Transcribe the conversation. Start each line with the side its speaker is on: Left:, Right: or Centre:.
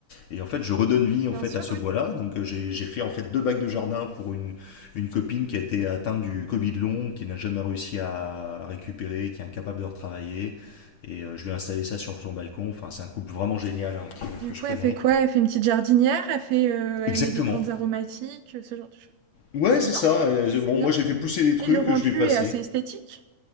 Left: Et en fait, je redonne vie en
Right: Bien
Left: fait
Right: sûr,
Left: à ce
Right: oui.
Left: bois-là. Donc, euh, j'ai j'ai fait en fait deux bacs de jardin pour une, une copine qui a été atteinte du Covid long, qui n'a jamais réussi à récupérer, qui est incapable de retravailler. Et euh, je lui ai installé ça sur son balcon. Enfin, c'est un couple vraiment génial hein, que-
Right: Du
Left: que je
Right: coup,
Left: connais.
Right: elle fait quoi? Elle fait une petite jardinière, elle fait, euh,
Left: Exactement.
Right: elle met des plantes aromatiques, ce genre de choses.
Left: Ouais,
Right: C'est
Left: c'est
Right: bien,
Left: ça. Euh,
Right: c'est
Left: Bon,
Right: bien.
Left: moi, j'ai fait pousser des trucs,
Right: Et le rendu
Left: je vais passer.
Right: est assez esthétique?